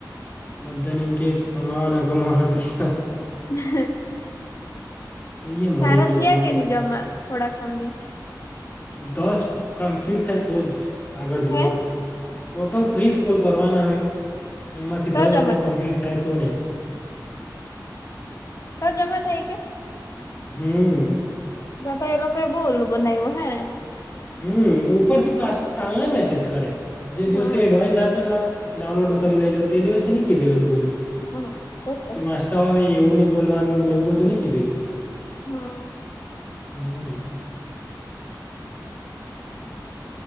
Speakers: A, on the left; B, on the left.
A: બધાને એમ કે કે કમાવાના કમાવાના પૈસા.
B: હ.
A: જોઈએ મળે
B: તારા થયા
A: નહી મળે
B: કે ની જમા થોડા ઘણ બી.
A: દસ કમ્પ્લીટ થાય તો જ આગળ જોવા.
B: હે
A: ટોટલ ત્રીસ કોલ કરવાના હોય એમાંથી
B: તો
A: દસ
B: જમા
A: હજુ કમ્પ્લીટ થાય તો ને.
B: ત જમા થાય કે.
A: હમ.
B: ત તો એ લોકો એ બઉ ઉલ્લૂ બનાવ્યો હે ને.
A: હમ ઉપર થી પાછું કાલ ના મેસેજ કરે જે દિવસે
B: હમ
A: એડવાઈસ આપેલા ડાઉનલોડ કરી લેજો તે દિવસે ની કીધેલું બધું.
B: હમ સ. <inaudible>
A: કે વાચતા હોય એવું નઈ બોલવાનું એવું બધું નહી કીધેલું.
B: હમ.
A: હમ.